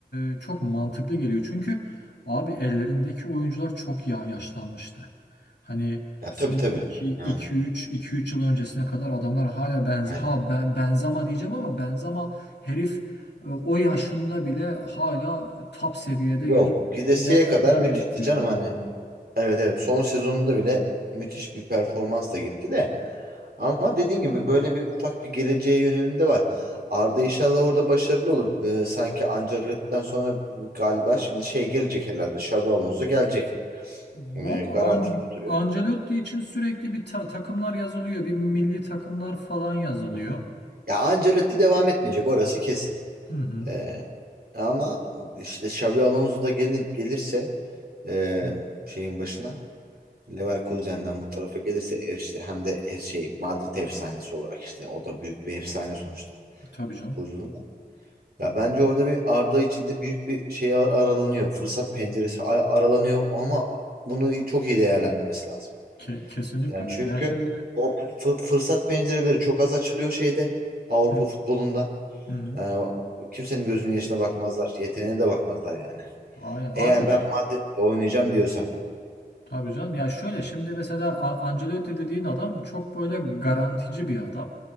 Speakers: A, on the left; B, on the right.
A: e, çok mantıklı geliyor. Çünkü abi ellerindeki oyuncular çok ya yaşlanmıştı. Hani
B: Ya
A: son
B: tabii tabii.
A: iki iki
B: Yani
A: üç 2 3 yıl öncesine kadar adamlar hala benze
B: aynen.
A: ha ben Benzema diyeceğim ama Benzema herif e, o yaşında bile hala top seviyede
B: Yok
A: gelip
B: gidesiye
A: ne
B: kadar
A: neler
B: müthişti
A: yaptı yani.
B: canım hani. Evet evet son sezonunda bile müthiş bir performansla gitti de. Ama dediğin gibi böyle bir ufak bir geleceğe yönelim de var. Arda inşallah orada başarılı olur. Ee, sanki Ancelotti'den sonra galiba şimdi şey gelecek herhalde. Xabi Alonso gelecek.
A: Valla
B: Ee, garanti
A: An
B: gibi duruyor.
A: Ancelotti için sürekli bir ta- takımlar yazılıyor. Bir milli takımlar falan yazılıyor.
B: Hı hı. Ya Ancelotti devam etmeyecek orası kesin.
A: Hı hı.
B: Ee, ama işte Xabi Alonso da gelin, gelirse e,
A: Hı.
B: şeyin başına Leverkusen'den bu tarafa gelirse ev işte hem de ev şey Madrid efsanesi olarak işte o da büyük bir efsane sonuçta
A: Tabii
B: futbolculuğunda.
A: canım.
B: Ya bence orada bir Arda için de büyük bir şey ar- aralanıyor. Fırsat penceresi a- aralanıyor ama bunu çok iyi değerlendirmesi lazım.
A: Ke- kesinlikle
B: Yani
A: öyle.
B: çünkü
A: Ya şimdi
B: o fı- fırsat pencereleri çok az açılıyor şeyde Avrupa
A: hı
B: futbolunda.
A: hı.
B: Ee, kimsenin gözünün yaşına bakmazlar. Yeteneğine de bakmazlar yani.
A: Aynen. Abi
B: Eğer ben Madrid'de oynayacağım diyorsa.
A: Tabii canım. Ya şöyle şimdi mesela A- Ancelotti dediğin adam çok böyle garantici bir adam.